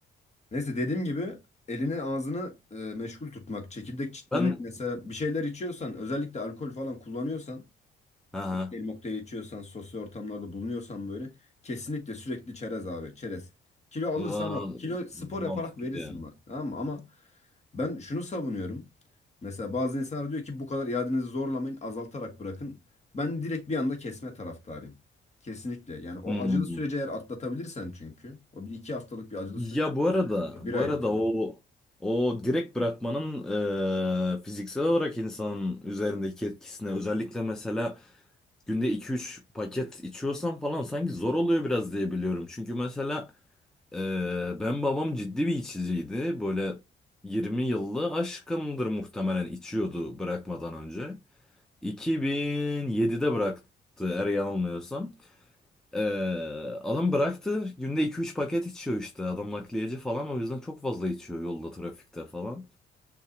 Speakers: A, on the left; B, in the centre.
A: Neyse dediğim gibi elini ağzını e, meşgul tutmak, çekirdek çitlemek
B: Ben
A: mesela bir şeyler içiyorsan özellikle alkol falan kullanıyorsan,
B: aha.
A: kokteyl mokteyl içiyorsan, sosyal ortamlarda bulunuyorsan böyle kesinlikle sürekli çerez abi çerez. Kilo alırsan
B: Va-
A: al. Kilo spor
B: Mantıklı
A: yaparak verirsin
B: yani.
A: bak tamam mı? Ama ben şunu savunuyorum. Mesela bazı insanlar diyor ki bu kadar iadenizi zorlamayın azaltarak bırakın. Ben direkt bir anda kesme taraftarıyım. Kesinlikle. Yani o
B: Hmm.
A: acılı süreci eğer atlatabilirsen çünkü. O bir iki haftalık bir acılı
B: Ya
A: süreç
B: bu
A: oluyor.
B: arada
A: Bir
B: bu
A: aylık
B: arada
A: falan.
B: o o direkt bırakmanın eee, fiziksel olarak insanın üzerindeki etkisine özellikle mesela günde iki üç paket içiyorsam falan sanki zor oluyor biraz diye biliyorum. Çünkü mesela e, ben babam ciddi bir içiciydi. Böyle 20 yıllı aşkındır muhtemelen içiyordu bırakmadan önce. 2007'de bıraktı eğer yanılmıyorsam. E, adam bıraktı günde iki üç paket içiyor işte. Adam nakliyeci falan o yüzden çok fazla içiyor yolda trafikte falan.